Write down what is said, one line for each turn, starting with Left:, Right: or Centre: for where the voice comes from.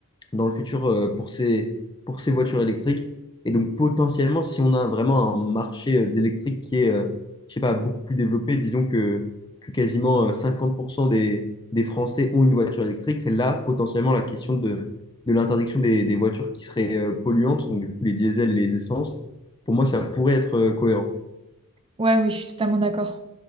Left: dans le futur euh, pour ces, pour ces voitures électriques. Et donc potentiellement, si on a vraiment un marché euh, de l'électrique qui est, euh, je sais pas, beaucoup plus développé, disons que, que quasiment euh, 50% des, des Français ont une voiture électrique, là, potentiellement, la question de, de l'interdiction des, des voitures qui seraient euh, polluantes, donc du coup les diesels et les essences, pour moi, ça pourrait être euh, cohérent.
Right: Ouais, oui, je suis totalement d'accord.